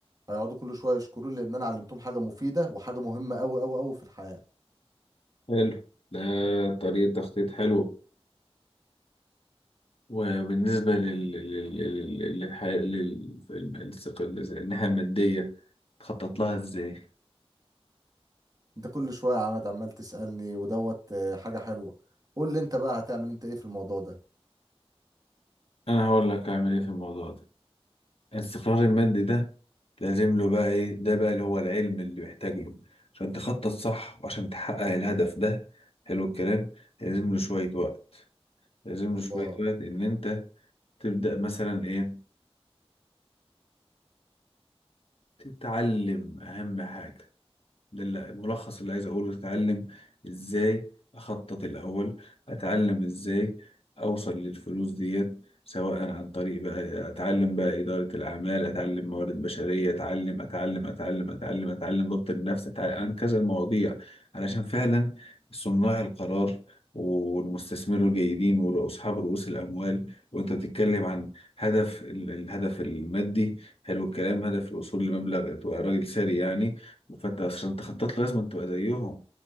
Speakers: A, on the right (about 35°); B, on the left (about 65°).
A: هيقعدوا كل شويه يشكروني لان انا علمتهم حاجه مفيده وحاجه مهمه قوي قوي قوي في الحياه
B: حلو ده طريقة تخطيط حلوة وبالنسبة لل... لل... لل... للحياة لل... للسق- الناحية المادية تخطط
A: مم.
B: لها ازاي؟
A: انت كل شويه يا عماد عمال تسالني ودوت آه، حاجه حلوه قول لي انت بقى هتعمل انت ايه في الموضوع ده
B: أنا هقول لك أعمل إيه في الموضوع ده الاستقرار المادي ده لازم له بقى إيه ده بقى اللي هو العلم اللي محتاج له عشان تخطط صح وعشان تحقق الهدف ده حلو الكلام لازم له شوية
A: مم.
B: وقت لازم
A: الله
B: له شوية وقت إن أنت تبدأ مثلا إيه تتعلم أهم حاجة ده اللي- الملخص اللي عايز اقوله اتعلم ازاي اخطط الاول اتعلم ازاي اوصل للفلوس ديت سواء عن طريق بقى اتعلم بقى اداره الاعمال اتعلم موارد بشريه اتعلم اتعلم اتعلم اتعلم اتعلم ضبط النفس اتعلم عن كذا المواضيع علشان فعلا صناع القرار والمستثمرين الجيدين واصحاب رؤوس الاموال وانت بتتكلم عن هدف ال- الهدف المادي حلو الكلام هدف الوصول لمبلغ تبقى راجل ثري يعني فانت عشان تخطط له لازم تبقى زيهم